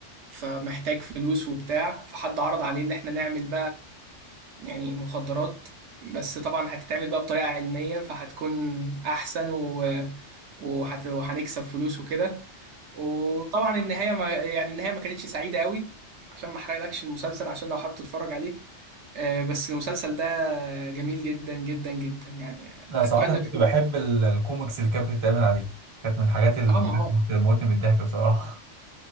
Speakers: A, on the right; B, on the right.
A: فمحتاج فلوس وبتاع فحد عرض عليه إن احنا نعمل يعني مخدرات بس طبعا هتتعمل بقى بطريقة علمية فهتكون أحسن و... وهت... وهنكسب فلوس وكده وطبعا النهاية ما... يعني النهاية ما كانتش سعيدة قوي عشان ما أحرقلكش المسلسل عشان لو حابب تتفرج عليه آه، بس المسلسل ده جميل جدا جدا جدا يعني
B: لا
A: أتمنى
B: صراحة أنا كنت
A: تشوف
B: بحب ال- الكوميكس اللي كانت بتتعمل عليه كانت من الحاجات اللي
A: اه ما
B: كانت
A: هو
B: بتموتني من الضحك بصراحة